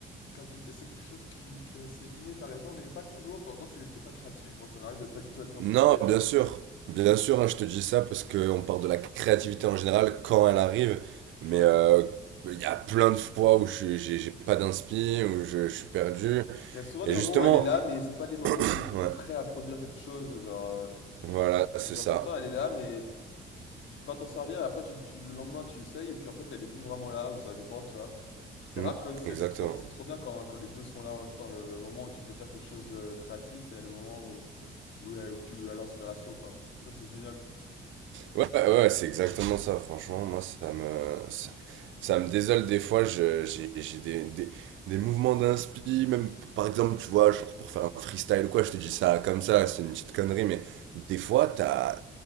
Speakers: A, on the left (about 70°); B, on the right (about 75°).
A: créativité c'est quelque chose qui, qui est assez inné, t'as raison, mais pas toujours, de temps en temps tu t'es pas créatif, moi ça m'arrive de pas du tout être inspiré.
B: Non,
A: euh.
B: bien sûr. Bien sûr, hein, je te dis ça parce qu'on parle de la créativité en général quand elle arrive. Mais
A: Ouais.
B: euh, il y a plein de fois où je suis- j'ai j'ai pas d'inspi, où je, je suis perdu.
A: Il y a souvent
B: Et
A: des
B: justement,
A: moments où elle est là, mais c'est pas les moments où
B: <clears throat>
A: t'es
B: ouais,
A: t'es prêt à produire quelque chose, genre. euh,
B: voilà, c'est
A: Genre,
B: ça.
A: t'entends, elle est là, mais tu, tu peux pas t'en servir. Après, tu, tu- le lendemain, tu essayes, et puis en fait, elle est plus vraiment là, ou ça dépend, tu vois. C'est
B: Hmm,
A: rare que c'est
B: exactement.
A: c'est trop, c'est trop bien quand, quand les deux sont là en même temps. Le, le moment où tu peux faire quelque chose de créatif et le moment où, où, euh, où tu as l'inspiration, quoi. Ça, c'est génial.
B: Ouais, ouais, c'est exactement ça, franchement. Moi, ça me, ça, ça me désole des fois. je- J'ai j'ai des, des, des mouvements d'inspi, même par exemple, tu vois, genre pour faire un freestyle ou quoi, je te dis ça comme ça, c'est une petite connerie, mais des fois, t'as,